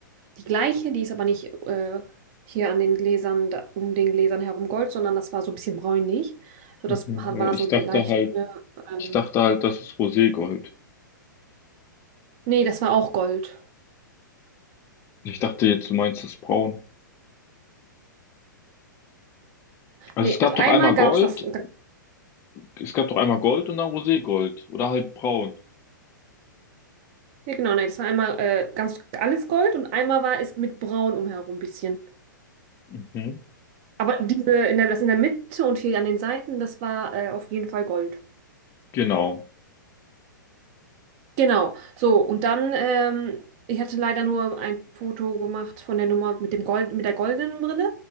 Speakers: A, on the right (about 40°); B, on the left (about 25°).
A: die gleiche, die ist aber nicht äh, hier an den Gläsern, da, um den Gläsern herum gold, sondern das war so ein bisschen bräunlich. So,
B: Mhm,
A: das war
B: ja, ich
A: so leicht,
B: dachte halt,
A: ne, ähm,
B: ich dachte halt, das ist Roségold.
A: nee, das war auch Gold.
B: Ich dachte jetzt, du meinst das Braun. Also
A: Nee,
B: es gab
A: also einmal
B: doch einmal
A: gab
B: Gold,
A: es das,
B: es gab doch einmal Gold und dann Roségold oder halt Braun.
A: Ja, genau, nee, das war einmal äh, ganz alles Gold und einmal war es mit Braun umherum ein bisschen.
B: Mhm,
A: Aber diese, in der, das in der Mitte und hier an den Seiten, das war äh, auf jeden Fall Gold.
B: genau.
A: Genau, so, und dann, ähm, ich hatte leider nur ein Foto gemacht von der Nummer mit dem Gold, mit der goldenen Brille.